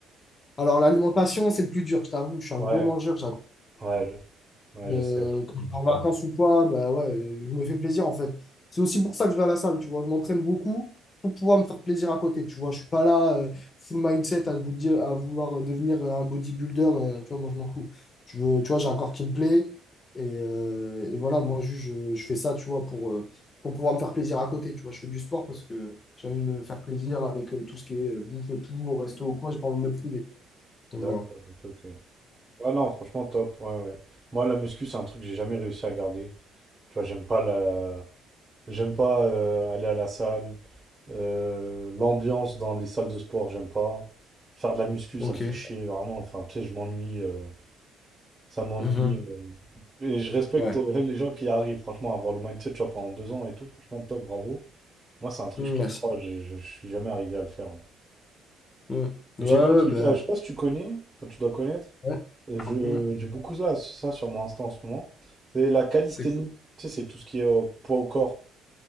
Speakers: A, on the left; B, on the right.
A: Alors l'alimentation, c'est le plus dur, je t'avoue, je suis un
B: Ouais,
A: gros mangeur, j'adore.
B: ouais, je,
A: Euh,
B: ouais, je sais. ouais.
A: quand je vais en vacances ou quoi, bah ouais, euh, je me fais plaisir en fait. C'est aussi pour ça que je vais à la salle, tu vois. Je m'entraîne beaucoup pour pouvoir me faire plaisir à côté, tu vois. Je suis pas là, euh, full mindset à, vous dire, à vouloir devenir un bodybuilder, euh, tu vois, moi je m'en fous. Je veux, tu vois, j'ai un corps qui me plaît et, euh, et voilà, moi je, je, je fais ça, tu vois, pour, euh, pour pouvoir me faire plaisir à côté, tu vois. Je fais du sport parce que j'ai envie de me faire plaisir avec euh, tout ce qui est euh, bouffe et tout, au resto ou quoi, j'ai pas envie de me priver. Donc
B: D'accord,
A: voilà.
B: ok, ok. Ouais, non, franchement, top. Ouais, ouais. Moi, la muscu, c'est un truc que j'ai jamais réussi à garder. Tu vois, j'aime pas la... j'aime pas euh, aller à la salle. Euh, l'ambiance dans les salles de sport, j'aime pas. Faire de la muscu,
A: Ok.
B: ça me fait chier, vraiment. Enfin, tu sais, je m'ennuie. euh, Ça m'ennuie.
A: Mhm.
B: euh, Et je respecte
A: Ouais.
B: euh, les gens qui arrivent, franchement, à avoir le mindset, tu vois, pendant deux ans et tout. Franchement, top, bravo. Moi, c'est un truc,
A: Mm,
B: je sais pas
A: ouais,
B: pourquoi, je, je- je suis jamais arrivé à le faire. ouais.
A: Mm.
B: Mais
A: Ouais,
B: J'ai
A: ouais,
B: vu un truc
A: bah,
B: là, je sais pas si tu connais, enfin, tu dois connaître.
A: ouais.
B: Euh, Je,
A: Mm.
B: j'ai beaucoup là, ça sur mon Insta en ce moment. C'est la calisthénie.
A: C'est-
B: Tu sais, c'est tout ce qui est euh, poids au corps.